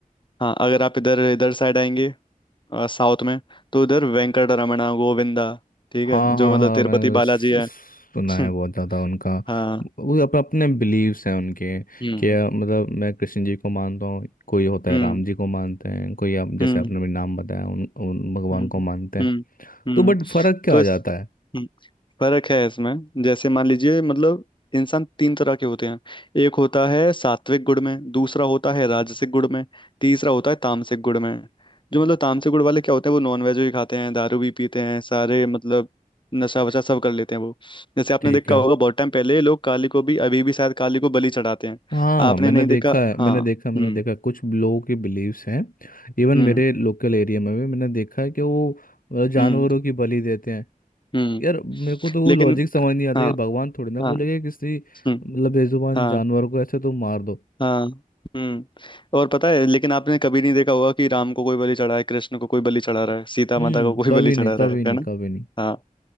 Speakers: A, on the left; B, on the left.
A: हाँ अगर आप इधर इधर साइड आएंगे अ, साउथ में तो उधर वेंकट रमणा गोविंदा ठीक है
B: हाँ
A: जो
B: हाँ
A: मतलब
B: हाँ
A: तिरुपति
B: मैंने
A: बालाजी
B: सु-
A: है
B: सुना
A: <laughs>
B: है बहुत ज़्यादा उनका
A: हाँ
B: वो अप, अपने बिलीव्स हैं उनके
A: हम्म
B: कि अ, मतलब मैं कृष्ण जी को मानता हूँ कोई होता
A: हम्म
B: है राम जी को मानते हैं कोई आप जैसे
A: हम्म
B: आपने भी नाम बताया उन, उन भगवान
A: हम्म
B: को मानते हैं
A: हम्म हम्म
B: तो बट फर्क क्या
A: तो
B: आ
A: इस
B: जाता है
A: हम्म, फर्क है इसमें जैसे मान लीजिए मतलब इंसान तीन तरह के होते हैं एक होता है सात्विक गुण में दूसरा होता है राजसिक गुण में तीसरा होता है तामसिक गुण में जो मतलब तामसिक गुण वाले क्या होते हैं वो नॉनवेज भी खाते हैं दारू भी पीते हैं सारे मतलब नशा वशा सब कर लेते हैं वो जैसे आपने
B: ठीक
A: देखा
B: है
A: होगा बहुत टाइम पहले लोग काली को भी अभी भी शायद काली को बलि चढ़ाते हैं
B: हाँ
A: आपने
B: मैंने
A: नहीं
B: देखा
A: देखा
B: है
A: हाँ
B: मैंने देखा मैंने
A: हम्म
B: देखा कुछ लोगों के बिलीव्स हैं इवन
A: हम्म
B: मेरे लोकल एरिया में भी मैंने देखा है कि वो अ, जानवरों
A: हम्म
B: की बलि देते हैं
A: हम्म
B: यार मेरे को तो वो
A: लेकिन
B: लॉजिक समझ नहीं आता
A: हाँ
B: कि भगवान थोड़ी ना
A: हाँ
B: बोलेगा किसी
A: हम्म
B: मतलब बेजुबान
A: हाँ
B: जानवर को ऐसे तो मार दो
A: हाँ हम्म और पता है लेकिन आपने कभी नहीं देखा होगा कि राम को कोई बलि चढ़ा है कृष्ण को कोई बलि चढ़ा रहा है सीता
B: हम्म
A: माता को कोई
B: कभी
A: बलि चढ़ा
B: नहीं
A: रहा
B: कभी
A: है
B: नहीं
A: है ना
B: कभी नहीं
A: हाँ